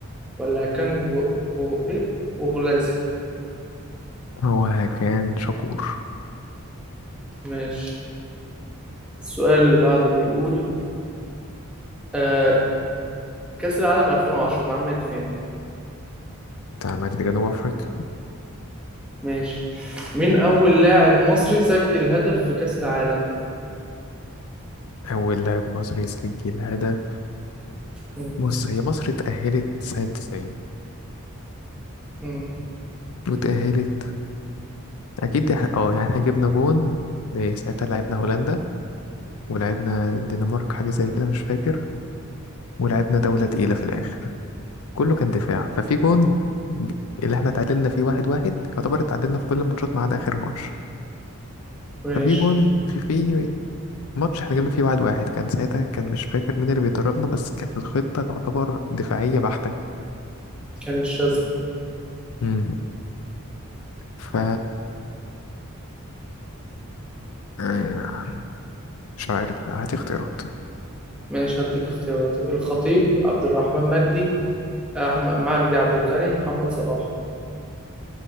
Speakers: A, in the centre; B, on the left.
A: ولا هكان غو... غو... إيه أوغلاسي
B: هو كان شكور
A: ماشي السؤال اللي بعده بيقول آه كأس العالم 2010 اتعملت فين
B: بتاع مجلس جنوب افريقيا
A: ماشي مين أول لاعب مصري سجل هدف في كأس العالم؟
B: اول لاعب مصري يسجل هدف
A: مم.
B: بص هي مصر اتأهلت سنة 90
A: مم.
B: وتأهلت اكيد إح- اه يعني احنا جبنا جون إيه، ساعتها لعبنا هولندا ولعبنا الدنمارك حاجة زي كده مش فاكر ولعبنا دولة تقيلة في الآخر كله كان دفاع ففي جون ج- اللي احنا اتعادلنا فيه واحد واحد يعتبر اتعادلنا في كل الماتشات ما عدا آخر ماتش
A: ماشي
B: ففي جون في في ماتش احنا جبنا فيه واحد واحد كان ساعتها كان مش فاكر مين اللي بيدربنا بس كانت الخطة تعتبر دفاعية بحتة
A: كان الشاذلي
B: امم ف آه، مش عارف هات اختيارات
A: ماشي هديك اختيارات الخطيب عبد الرحمن مجدي أحمد مجدي عبد الغني محمد صلاح